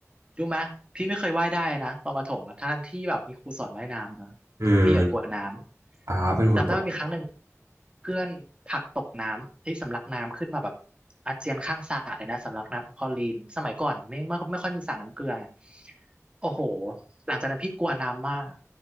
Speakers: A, on the right; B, on the right.
A: รู้ไหมพี่ไม่เคยว่ายได้นะตอนประถมอะทั้งๆที่แบบมีครูสอนว่ายน้ำนะ
B: อืม
A: พี่อ่ะกลัวน้ำ
B: อ่าเป็นคนกลัว
A: จำได้ว่ามีครั้งหนึ่งเพื่อนผลักตกน้ำที่สำลักน้ำขึ้นมาแบบอาเจียนข้างสระเลยนะสำลักน้ำคลอรีนสมัยก่อนไม่ไม่ไม่ค่อยมีสระน้ำเกลือไงโอ้โหหลังจากนั้นพี่กลัวน้ำมาก